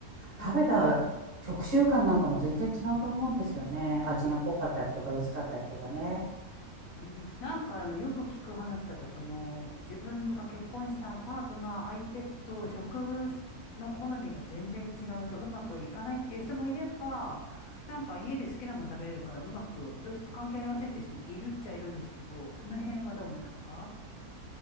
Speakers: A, on the left; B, on the right.
A: うん。
B: 食べた食習慣なんかも全然違うと思うんですよね。味が濃かったりとか薄かったりとかね。
A: うん、なんかあの、よく聞く話だと、その、自分が結婚したパートナー相手と植物の好みが全然違うとうまくいかないっていう人もいれば、なんか家で好きなもの食べれるからうまく、ど、関係ありませんっていう人もいるっちゃいるんですけど、その辺はどう思いますか